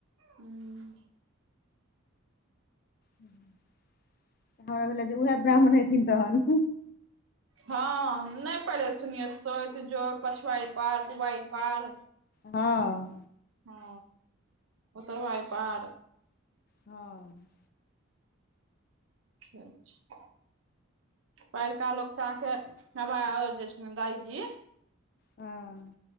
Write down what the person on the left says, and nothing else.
तऽ हमरा भेल जे उएह ब्राह्मण हेथिन तहन।
हँ
हँ
हँ